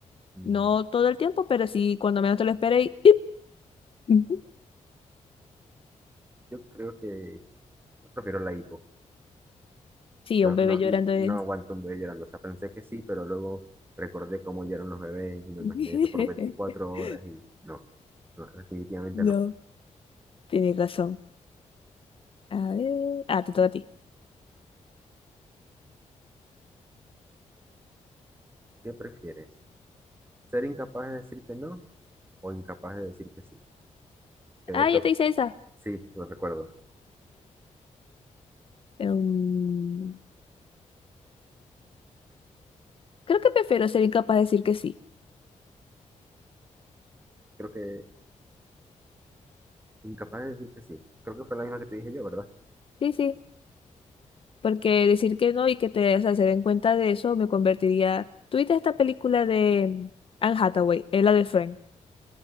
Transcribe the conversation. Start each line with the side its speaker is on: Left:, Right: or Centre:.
Right: Mm,
Left: No todo el tiempo, pero sí cuando menos te lo esperes. y ¡pip! Ujú.
Right: Yo creo que prefiero la hipo.
Left: Sí,
Right: No,
Left: un bebé
Right: no,
Left: llorando
Right: no
Left: es.
Right: aguanto un bebé llorando. O sea, pensé que sí, pero luego recordé cómo lloran los bebés y me
Left: <laughs>
Right: imaginé eso por 24 horas y no, no, definitivamente
Left: No,
Right: no.
Left: tienes razón. A ver. Ah, te toca a ti.
Right: ¿Qué prefieres? ¿Ser incapaz de decir que no o incapaz de decir que sí? Que de
Left: Ah,
Right: hecho,
Left: ya te hice esa.
Right: sí, lo recuerdo.
Left: Em, creo que prefiero ser incapaz de decir que sí.
Right: Creo que incapaz de decir que sí. Creo que fue la misma que te dije yo, ¿verdad?
Left: Sí, sí. Porque decir que no y que te, o sea, se den cuenta de eso me convertiría. ¿Tuviste esta película de mm, Anne Hathaway, eh, la de Friend?